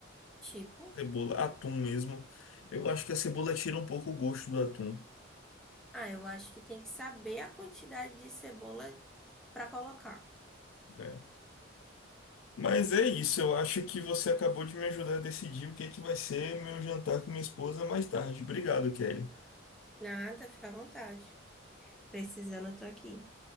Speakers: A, in the centre; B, on the left.
A: Tipo,
B: Cebola, atum mesmo. Eu acho que a cebola tira um pouco o gosto do atum,
A: ah, eu acho que tem que saber a quantidade de cebola pra colocar.
B: né? Mas é isso, eu acho que você acabou de me ajudar a decidir o que é que vai ser meu jantar com minha esposa mais tarde. Obrigado, Kelly.
A: Nada, fica à vontade. Precisando, eu tô aqui.